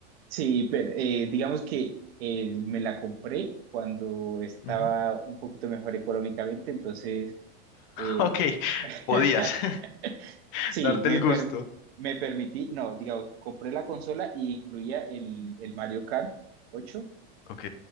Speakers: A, on the right; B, on the left.
A: Sí, pero eh, digamos que eh, me la compré cuando estaba
B: Ujú. <laughs>
A: un poquito mejor económicamente, entonces eh,
B: Ok,
A: <laughs>
B: podías <laughs>
A: sí,
B: darte
A: me,
B: el gusto.
A: per- me permití, no, digamos, compré la consola y incluía el, el Mario Kart 8
B: Ok,